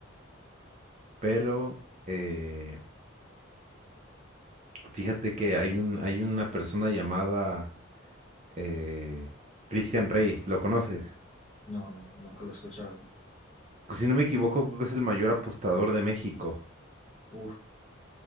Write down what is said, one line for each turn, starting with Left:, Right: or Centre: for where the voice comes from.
Right: pero, eh, fíjate que hay un, hay una persona llamada eh, Christian Rey, ¿lo conoces?
Left: No, no, nunca lo he escuchado.
Right: Pues, Si no me equivoco, creo que es el mayor apostador de México.
Left: Uf,